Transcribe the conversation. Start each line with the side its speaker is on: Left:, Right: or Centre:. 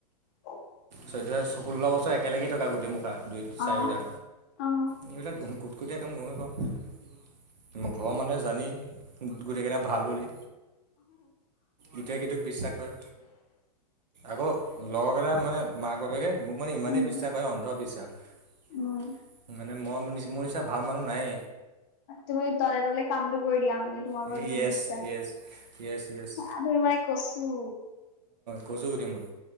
Left: অ'
Right: চৈধ্যয় ষোল্ল বছৰ একেলগে থকা গোটেই মুখা দুই চাৰিটা
Left: অ', অ',
Right: এইবিলাক। কুটকোটিয় কাম মইয়ে পাওঁ ঘৰৰ মানুহে জানে। গোটেইকেইটা ভাল বুলি ইটোৱে সিটোক বিশ্বাস কৰে। আকৌ লগৰ কেইটা মানে মাক বাপেকে মোক মানে ইমানেই
Left: উম,
Right: বিশ্বাস কৰে। অন্ধবিশ্বাস মই
Left: উম।
Right: নি মোৰ নিচিনা ভাল মানুহ নাই।
Left: তুমি তলে তলে কামটো কৰি দিয়া মানে তোমাৰ
Right: য়েছ
Left: পৰা যোন বিশ্বাস।
Right: য়েছ য়েছ য়েছ
Left: হাহ ধৰি মাৰি মানে কছু।
Right: কচুগুটি মই।